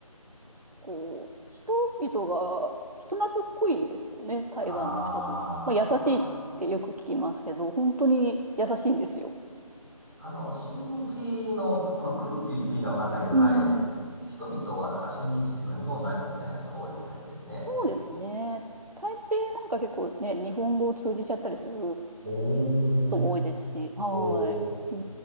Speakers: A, on the right; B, in the centre.
A: こう、人々が人懐っこいですよね、台湾の人とも。
B: あ
A: まあ、優しいってよく聞きますけど、本当に優しいんですよ。
B: あー、あの、親日の、まあ、国って言っていいかわかんないけど、
A: うん、
B: はい。人々はなんか親日っていうか日本大好きみたいな人が多いみたいですね。
A: そうですね。台北なんか結構ね、日本語を通じちゃったりする
B: おー、
A: とも多いですし、はい。
B: おー。
A: う